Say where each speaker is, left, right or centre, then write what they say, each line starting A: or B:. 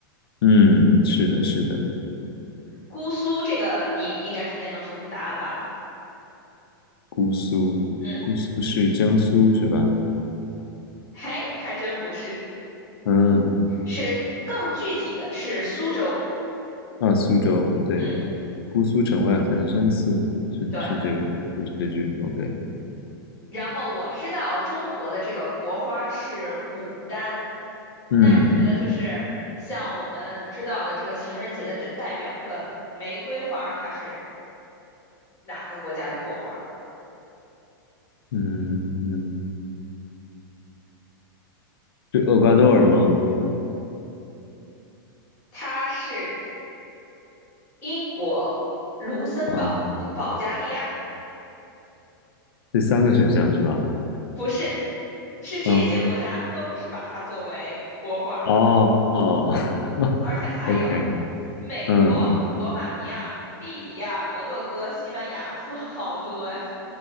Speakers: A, on the left; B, on the left.
A: 嗯，是的，是的，
B: 姑苏这个你应该直接能说出答案吧？
A: 姑苏，
B: 嗯，
A: 姑苏是江苏是吧？
B: 嘿，还真不是，
A: 嗯，
B: 是更具体的是苏州。
A: 啊，苏州，对。
B: 嗯，
A: 姑苏城外寒山寺是是这个是这句，OK，
B: 对。然后我知道中国的这个国花是牡丹，
A: 嗯
B: 那你觉得就是像我们知道的这个情人节的代代表这个玫瑰花，它是哪个国家的国花？
A: 嗯，是厄瓜多尔吗？
B: 它是英国、卢森堡和保加利亚，
A: 啊，这三个选项是吧？
B: 不是，是这些国家都是把它作为国花，
A: 嗯，哦哦 <laughs>，OK，
B: 而且还有美国、
A: 嗯，
B: 罗马尼亚、利比亚、摩洛哥、西班牙，哇，好多呀，